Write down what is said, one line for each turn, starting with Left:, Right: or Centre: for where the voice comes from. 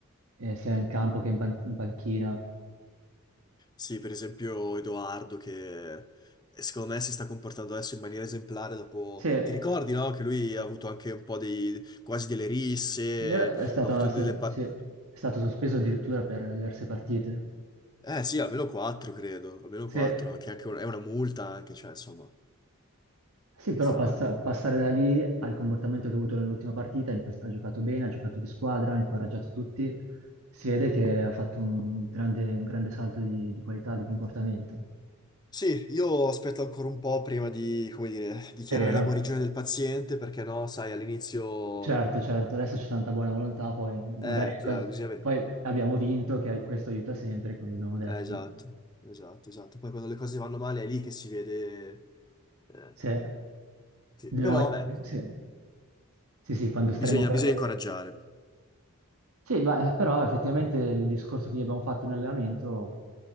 Right: eh, sia
Left: Mm,
Right: in campo
Left: mm.
Right: che in pan- in panchina.
Left: Sì, per esempio Edoardo che eh, secondo me si sta comportando adesso in maniera esemplare dopo...
Right: Sì, eh,
Left: Ti ricordi, no? Che lui ha avuto anche un po' dei... quasi delle risse,
Right: è stato,
Left: ha avuto
Right: è sta-
Left: delle... pa-
Right: sì, è stato sospeso addirittura per diverse partite.
Left: Eh sì, almeno quattro, credo, almeno
Right: Sì,
Left: quattro, anche, anche un- è una multa anche, cioè insomma...
Right: Sì,
Left: Pesante.
Right: però passa- passare da lì al comportamento che ha avuto nell'ultima partita, in cui ha giocato bene, ha giocato di squadra, ha incoraggiato tutti, si vede che ha fatto un grande, un grande salto di, di qualità, di comportamento.
Left: Sì, io aspetto ancora un po' prima di, come dire, dichiarare
Right: È vero,
Left: la guarigione del paziente, perché no, sai, all'inizio...
Right: certo, certo, adesso c'è tanta buona volontà, poi magari
Left: Eh,
Right: le cose-
Left: chiaro, bisogna vedere.
Right: poi abbiamo vinto, che questo aiuta sempre, come abbiamo detto.
Left: Eh, esatto, esatto, esatto. Poi quando le cose vanno male è lì che si vede Eh,
Right: Sì,
Left: sì,
Right: Devo
Left: Però beh,
Right: vedere, sì. Sì, sì, quando staremo
Left: Bisogna,
Right: per
Left: bisogna
Right: le...
Left: incoraggiare.
Right: Sì, beh, però effettivamente il discorso che gli abbiamo fatto in allenamento